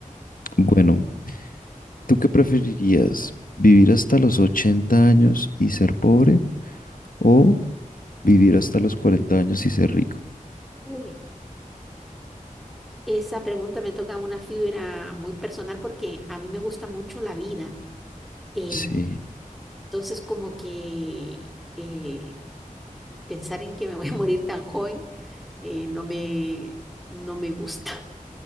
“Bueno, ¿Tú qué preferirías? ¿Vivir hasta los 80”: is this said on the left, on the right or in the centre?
Left